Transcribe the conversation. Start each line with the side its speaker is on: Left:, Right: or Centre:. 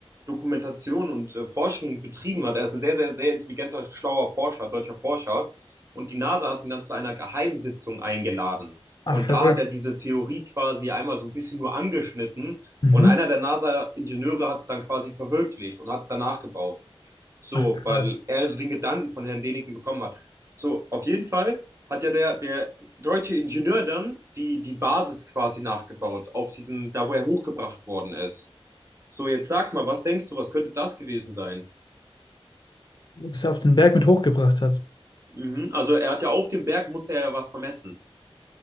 Right: Dokumentation und äh, Forschung betrieben hat. Er ist ein sehr, sehr, sehr intelligenter, schlauer Forscher, deutscher Forscher. Und die NASA hat ihn dann zu einer Geheimsitzung eingeladen.
Left: Ach,
Right: Und
Left: verrückt.
Right: da hat er diese Theorie quasi einmal so ein bisschen nur angeschnitten.
Left: Mhm.
Right: Und einer der NASA-Ingenieure hat es dann quasi verwirklicht und hat es danach gebaut. So,
Left: Ach, krass.
Right: weil er so den Gedanken von Herrn Däniken bekommen hat. So, auf jeden Fall hat ja der, der deutsche Ingenieur dann die, die Basis quasi nachgebaut, auf diesem, da wo er hochgebracht worden ist. So, jetzt sag mal, was denkst du, was könnte das gewesen sein?
Left: Dass er auf den Berg mit hochgebracht hat.
Right: Mhm. Also, er hat ja auf dem Berg, musste er ja was vermessen.